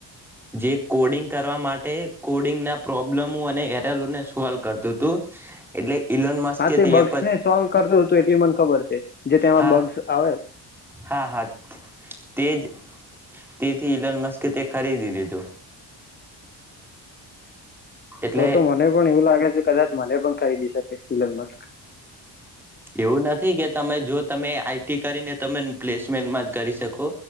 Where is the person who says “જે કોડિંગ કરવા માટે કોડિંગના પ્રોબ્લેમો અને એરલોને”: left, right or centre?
Centre